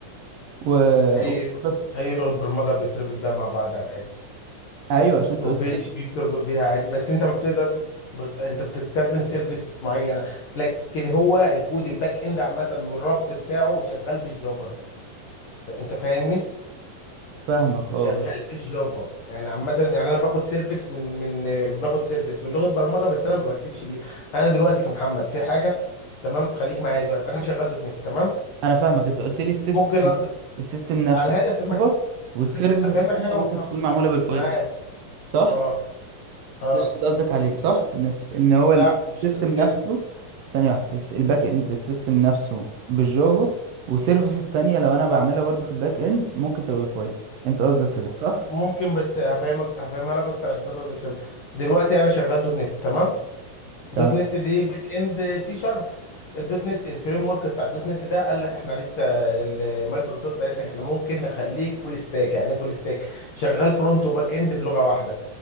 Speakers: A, on the right; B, on the left.
A: و...
B: اي
A: و- بس
B: اي لغه برمجه بتربط بيها مع بعض عادي
A: ايوه عشان انت
B: وبي
A: قلت
B: اتش
A: لي
B: بي بتربط بيها عادي بس انت ما بتقدر ب- انت بتستخدم سيرفيس معينه لكن هو الكود الباك اند عامه والربط بتاعه شغال بالجافا انت فاهمني
A: فاهمك اه
B: شغال
A: بس
B: بالجافا يعني عامة يعني أنا باخد سيرفيس من من باخد سيرفيس من لغة برمجة بس أنا ما بكتبش بيه أنا دلوقتي كمحمد في حاجة تمام خليك معايا دلوقتي أنا شغال دوت نت تمام
A: انا فاهمك انت قلت لي السيستم
B: ممكن أقدر
A: السيستم نفسه
B: على الهادي أفهمك
A: جافا والسيرفيسز
B: أفهمك
A: الثانيه
B: حاجة
A: ممكن
B: وأفهم
A: تكون معموله بالبايثون
B: معاك
A: صح
B: أه أه
A: انت قصدك عليه صح ان الس- ان هو
B: لا مش
A: السيستم
B: قصدي
A: نفسه
B: كده
A: ثانيه واحده الس- الباك اند السيستم نفسه بالجافا وسيرفيسز تانية لو انا بعملها برضه في الباك اند ممكن تبقى بايثون انت قصدك كده
B: م-
A: صح
B: ممكن بس هفهمك هفهمها لك أكتر عشان ده برضه مش فاهم دلوقتي أنا شغال دوت نت تمام دوت
A: تمام
B: نت دي باك اند سي شارب الدوت نت الفريم ورك بتاع الدوت نت ده قال لك احنا لسه ال- مايكروسوفت قالت لك احنا ممكن نخليك فول ستاك يعني ايه فول ستاك شغال فرونت وباك اند بلغه واحده